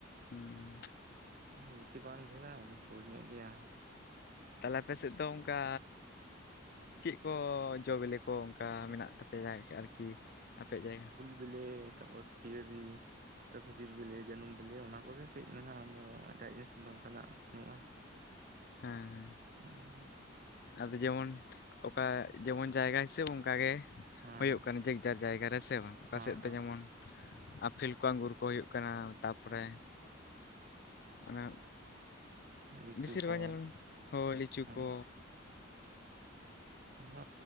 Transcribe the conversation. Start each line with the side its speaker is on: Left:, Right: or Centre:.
Left: ᱦᱩᱸ
Right: ᱵᱮᱥᱤ ᱵᱟᱝ ᱡᱷᱟᱹᱞᱟ ᱥᱩᱨ ᱧᱚᱜ ᱜᱮᱭᱟ
Left: ᱛᱟᱦᱚᱞᱮ ᱟᱯᱮ ᱥᱮᱫ ᱫᱚ ᱚᱱᱠᱟ ᱪᱮᱫ ᱠᱚ ᱡᱚᱵᱮᱞᱮ ᱠᱚ ᱚᱱᱠᱟ ᱢᱮᱱᱟᱜ ᱛᱟᱼᱼ ᱼᱼᱯᱮᱭᱟ ᱟᱨᱠᱤ ᱟᱯᱮᱭᱟᱜ ᱡᱟᱭᱜᱟ
Right: ᱵᱮᱞᱮ ᱛᱟᱯᱚᱨ ᱯᱤᱭᱟᱹᱨᱤ ᱛᱚ ᱠᱷᱤᱡᱩᱨ ᱵᱮᱞᱮ ᱡᱟᱹᱱᱩᱢ ᱵᱮᱞᱮ ᱚᱱᱟ ᱠᱚᱜᱮ ᱠᱟᱹᱡ ᱢᱮᱱᱟᱜᱼᱟ ᱟᱫᱚ ᱮᱴᱟᱜ ᱡᱤᱱᱤᱥ ᱫᱚ ᱚᱝᱠᱟᱱᱟᱜ ᱫᱚ ᱵᱟᱹᱱᱩᱜᱼᱟ
Left: ᱦᱮᱸ ᱦᱮᱸ
Right: ᱦᱩᱸ
Left: ᱟᱫᱚ ᱡᱮᱢᱚᱱ ᱚᱠᱟ ᱡᱮᱢᱚᱱ ᱡᱟᱭᱜᱟ ᱦᱤᱥᱟᱹᱵᱽ ᱚᱱᱠᱟ ᱜᱮ
Right: ᱦᱮᱸ
Left: ᱦᱩᱭᱩᱜ ᱠᱟᱱᱟ ᱡᱮᱜ ᱡᱟᱨ ᱡᱟᱭᱜᱟᱨᱮ ᱦᱮᱸᱥᱮ ᱵᱟᱝ ᱚᱠᱟ
Right: ᱦᱮᱸ
Left: ᱥᱮᱫ ᱫᱚ ᱡᱮᱢᱚᱱ ᱟᱯᱷᱮᱞ ᱠᱚ ᱟᱝᱜᱩᱨᱼᱼ ᱠᱚ ᱦᱩᱭᱩᱜ ᱠᱟᱱᱟ ᱛᱟᱯᱚᱨᱮᱼᱼ ᱚᱱᱟ
Right: ᱦᱮᱸ ᱞᱤᱪᱩ
Left: ᱵᱤᱥᱤᱨ
Right: ᱠᱚ
Left: ᱵᱷᱟᱜ ᱧᱮᱞ ᱢᱮ ᱦᱳᱭ ᱞᱤᱪᱩ
Right: ᱦᱮᱸ
Left: ᱠᱚᱼᱼ
Right: ᱟᱫᱚ